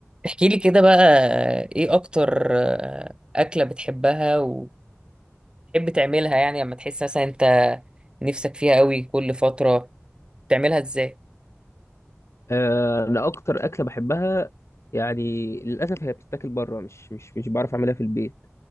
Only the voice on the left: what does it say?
آه، انا اكتر اكله بحبها يعني للاسف هي بتتاكل بره مش مش مش بعرف اعملها في البيت